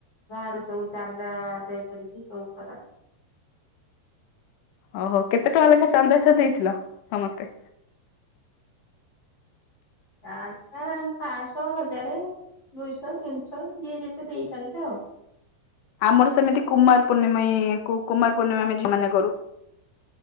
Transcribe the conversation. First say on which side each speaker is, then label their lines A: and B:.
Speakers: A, on the left; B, on the left.
A: ଗାଁ ରୁ ସବୁ ଚାନ୍ଦା ଆଦାୟ କରିକି ସବୁ କରନ୍
B: ଓହୋ, କେତେ ଟଙ୍କା ଲେଖା ଚାନ୍ଦା ଏଥର ଦେଇଥିଲ ସମସ୍ତେ?
A: ଚାନ୍ଦା ପାଁଶହ, ହଜାରେ, ଦୁଇଶହ, ତିନିଶହ। ଯିଏ ଯେତେ ଦେଇପାରିଲା ଆଉ।
B: ଆମର ସେମିତି କୁମାର ପୂର୍ଣ୍ଣିମେ ଏ କୁ-କୁମାର ପୂର୍ଣ୍ଣିମା ଆମେ ଝିଅ ମାନେ କରୁ।